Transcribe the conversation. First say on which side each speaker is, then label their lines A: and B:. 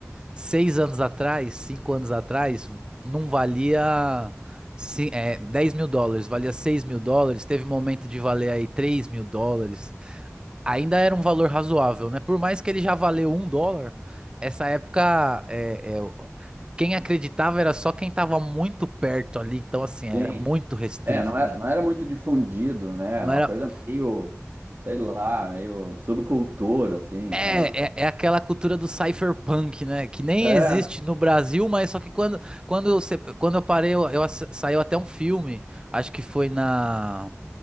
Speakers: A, on the right (about 20°); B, on the right (about 45°).
A: seis anos atrás, cinco anos atrás, não valia ci- é, 10 mil dólares, valia 6 mil dólares. Teve momento de valer aí 3 mil dólares. ainda era um valor razoável, né? Por mais que ele já valeu um dólar, essa época, é, é, o- quem acreditava era só quem estava muito perto ali, então assim, era
B: Sim,
A: muito restrito,
B: é, não
A: né?
B: era, não era muito difundido, né?
A: Não
B: Era
A: era.
B: uma coisa meio, sei lá, meio subcultura, assim,
A: É,
B: sei lá.
A: é, é aquela cultura do cypherpunk, né? Que nem
B: É,
A: existe no Brasil, mas só que quando, quando, eu, se- quando eu parei, eu, eu ass- saiu até um filme, acho que foi na.